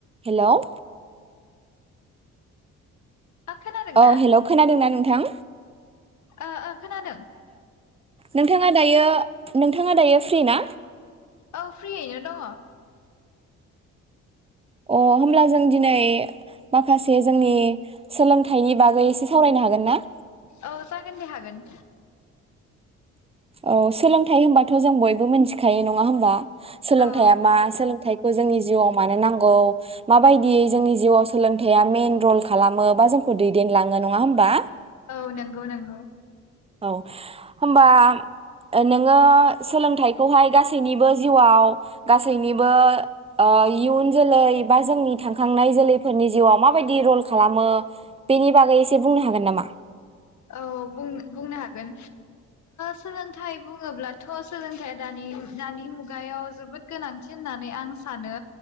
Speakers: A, on the right; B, on the left.
A: हेल'
B: आ खोनादोंना
A: औ हेलौ खोनादोंना नोंथां।
B: ओ ओ खोनादों।
A: नोंथाङा दायो नोंथाङा दायो फ्रि ना?
B: औ फ्रियैनो दङ।
A: अ होमब्ला जों दिनै माखासे जोंनि सोलोंथाइनि बागै एसे सावरायनो हागोन ना?
B: औ जागोन दे हागोन।
A: औ सोलोंथाइ होनबाथ जों बयबो मिथिखायो नङा होमबा सोलोंथाइया
B: औ
A: मा सोलोंथाइ बो जोंनि जिउआव मानो नांगौ माबायदियै जोंनि जिउआव सोलोंथाइया मेन रल खालामो बा जोंखौ दैदेनलाङो नङा होमबा।
B: औ नंगौ नंगौ
A: औ होमबा नोङो सोलोंथाइखौहाय गासैनिबो जिउआव गासैनिबो ओ इयुन जोलै बा जोंनि थांखांनाय जोलैफोरनि जिउआव माबायदि रल खालामो बेनि बागै एसे बुंनो हागोन नामा।
B: औ बुं-बुंनो हागोन सोलोंथाइ बुङोब्लाथ सोलोंथाइया दानि दानि मुगायाव जोबोद गोनांथि होननानै आं सानो।